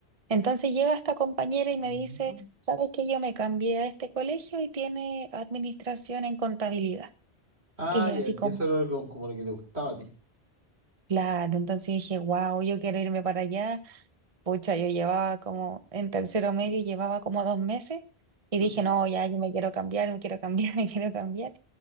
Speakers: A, on the right (about 35°); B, on the right (about 85°).
A: Entonces llega esta compañera
B: Ujú.
A: y me dice, ¿sabes que yo me cambié a este colegio y tiene administración en contabilidad?
B: Ah,
A: Y yo
B: ya,
A: así como,
B: y eso era como, como lo que te gustaba a ti.
A: claro, entonces dije, wow, yo quiero irme para allá Pucha, yo llevaba como en tercero medio, y llevaba como dos meses y
B: Ujú.
A: dije, no, ya, yo me quiero cambiar, me quiero cambiar, <laughs> me quiero cambiar.